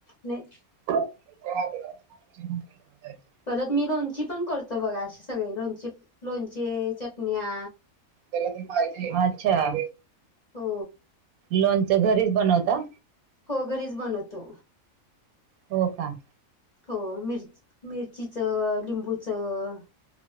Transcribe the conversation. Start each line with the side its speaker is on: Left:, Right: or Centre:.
Left: नाही.
Right: हा <unintelligible>
Left: परत मी लोणची पण करतो बघा असे सगळे लोणचे लोणचे चटण्या.
Right: त्याला ते पाहिजे अच्छा.
Left: हो.
Right: लोणच घरीच बनवता.
Left: हो घरीच बनवतो.
Right: हो का.
Left: हो मिरच मिरचीचं लिंबूचं.